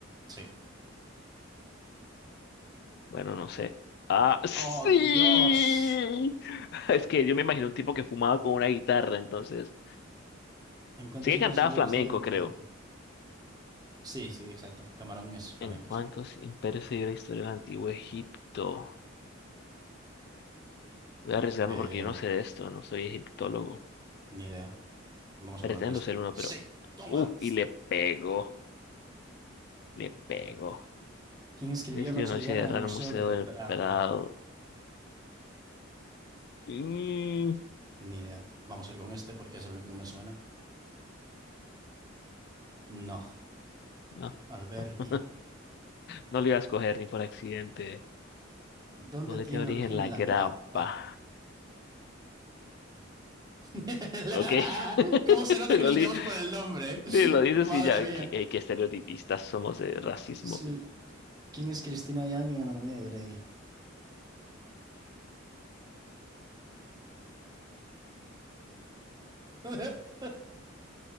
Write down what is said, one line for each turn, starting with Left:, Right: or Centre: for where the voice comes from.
Right: Sí.
Left: Bueno, no sé. Ah, sí.
Right: ¡Oh, Dios!
Left: <laughs> Es que yo me imagino un tipo que fumaba con una guitarra, entonces.
Right: Encuentros
Left: Sí que
Right: imprescindibles
Left: cantaba flamenco,
Right: de la historia de
Left: creo.
Right: la Egipto. Sí, sí, exacto. Camarón es flamenco,
Left: ¿En cuántos
Right: sí.
Left: imperios se dio la historia del antiguo Egipto? Voy a arriesgarme
Right: Eh,
Left: porque yo no sé de esto, no soy egiptólogo.
Right: ni idea. Vamos
Left: Pretendo
Right: a ponerle esta.
Left: ser uno,
Right: ¡Sí!
Left: pero...
Right: ¡Toma!
Left: Uf, y le pegó, le pegó.
Right: ¿Quién escribió
Left: Le escribió
Right: Noche
Left: Noche
Right: de Guerra
Left: de Guerra
Right: en el Museo
Left: en el Museo
Right: del
Left: del
Right: Prado?
Left: Prado. Mm,
Right: Ni idea. Vamos a ir con este porque es el único que me suena. No,
Left: no,
Right: Alberti.
Left: no, no lo iba a escoger ni por accidente.
Right: ¿Dónde
Left: ¿Dónde
Right: tiene
Left: tiene origen
Right: origen
Left: la
Right: la
Left: grapa?
Right: grappa? <laughs> La-
Left: Ok, <laughs>
Right: ¿Cómo se nota que
Left: lo,
Right: nos
Left: li-
Right: guiamos por el nombre?
Left: sí, lo
Right: <laughs>
Left: dices
Right: Madre
Left: y ya,
Right: mía.
Left: qué, eh, qué estereotipistas somos de racismo.
Right: Sí. ¿Quién es Cristina Yang en Anatomía de Grey? <laughs>